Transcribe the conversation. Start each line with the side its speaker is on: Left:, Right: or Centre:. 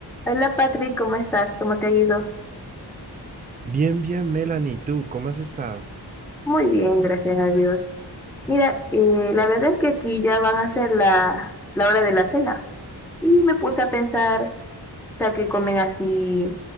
Centre: Hola Patrick, ¿cómo estás? ¿Cómo te ha ido?
Right: Bien, bien, Melanie, ¿tú cómo has estado?
Centre: Muy bien, gracias a Dios. Mira, eh, la verdad es que aquí ya van a ser la, la hora de la cena. Y me puse a pensar, o sea, qué comen así,